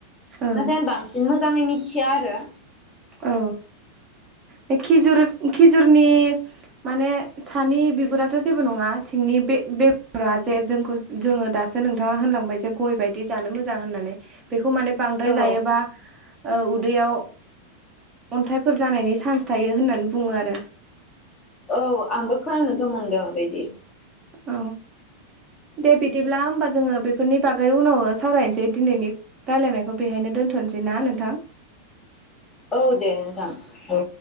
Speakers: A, on the right; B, on the left.
A: ओं
B: नाथाय बांसिन मोजां मोजाङै मिथिया आरो
A: औ बे खिजुर खिजुरनि माने सानि बिगुराथ' जेबो नङा सिंनि बे बेगरा जे जोंखौ जोङो दासो नोंथाङा होनलांबाय जे गय बायदि जानो मोजां होननानै बेखौ खौ माने बांद्राय
B: औ
A: जायोबा ओ उदैयाव अन्थाइफोर जानायनि चान्स थायो होननानै बुङो आरो
B: औ आंबो खोनानोथ' मोनदों बिदि
A: औ दे बिदिब्ला होमबा जोङो बेफोरनि बागै उनाव सावरायनोसै दिनैनि रायलायनायखौ बेहायनो दोन्थ'नोसै ना नोंथां
B: औ दे नोंथां औ